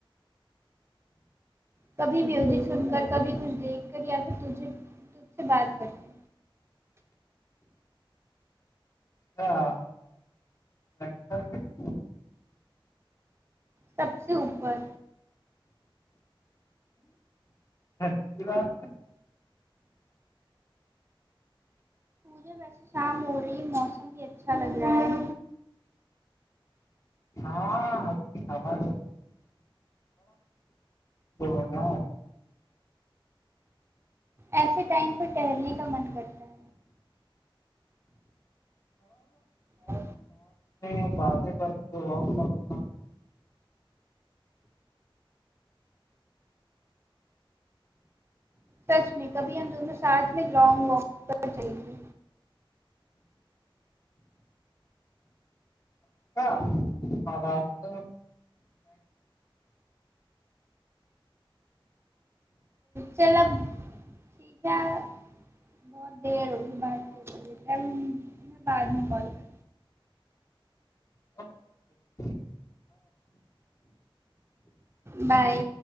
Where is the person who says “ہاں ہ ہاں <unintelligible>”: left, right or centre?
Left